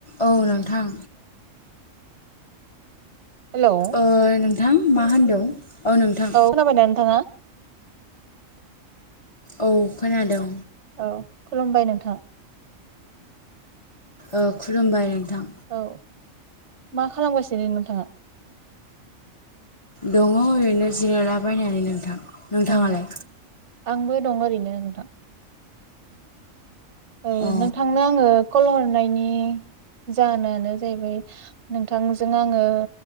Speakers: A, on the left; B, on the right.
A: औ नोंथां
B: हेलौ!
A: ओ नोंथां मा होनदों? औ नोंथां
B: औ खोनाबायनाय नोंथाङा?
A: औ खोनादों।
B: औ खुलुमबाय नोंथां!
A: औ खुलुमबाय नोंथां
B: औ मा खालामगासिनो नोंथाङा?
A: दङ ओरैनो जिरायलाबायनानै नोंथां नोंथाङालाय
B: औ आंबो दं ओरैनो नोंथां औ
A: अ
B: नोंथांनो आङो। कल हरनायनि जाहोनानो जाहैबाय नोंथांजों आङो।